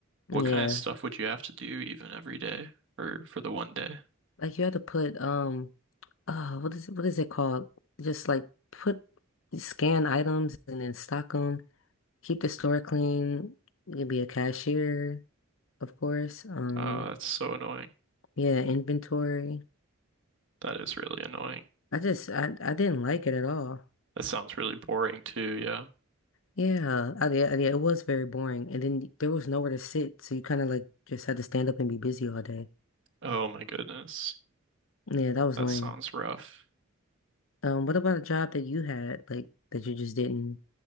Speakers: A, on the left; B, on the right.
A: Yeah.
B: What kind of stuff would you have to do even every day or for the one day?
A: Like you had to put um uh what is it what is it called? Just like put scan items and then stock them, keep the store clean, you can be a cashier, of course. Um
B: Oh, that's so annoying.
A: yeah, inventory.
B: That is really annoying.
A: I just I I didn't like it at all.
B: That sounds really boring too, yeah.
A: Yeah, I, yeah, yeah, it was very boring. And then there was nowhere to sit, so you kind of like just had to stand up and be busy all day.
B: Oh my goodness.
A: Yeah, that was
B: That
A: lame.
B: sounds rough.
A: Um, what about a job that you had, like that you just didn't,